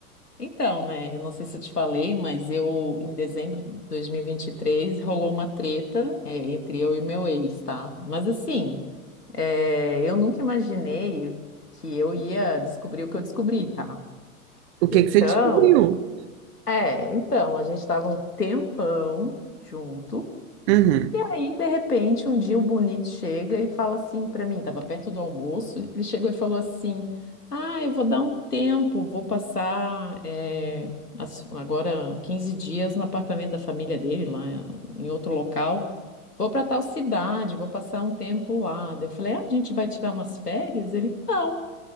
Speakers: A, on the left; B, on the right.
A: Então, né, eu não sei se eu te falei, mas eu, em dezembro de dois mil e e vinte e três rolou uma treta, é, entre eu e meu ex, tá? Mas assim, é, eu nunca imaginei que eu ia descobrir o que eu descobri, tá?
B: O que
A: Então,
B: que você descobriu?
A: é, então, a gente estava um tempão junto.
B: Uhum.
A: E aí, de repente, um dia o Bonito chega e fala assim pra mim, tava perto do almoço, ele chegou e falou assim: Ah, eu vou dar um tempo, vou passar eh, as- agora 15 dias no apartamento da família dele, lá em outro local. Vou pra tal cidade, vou passar um tempo lá. Daí Eu falei: Ah, a gente vai tirar umas férias? Ele: Não,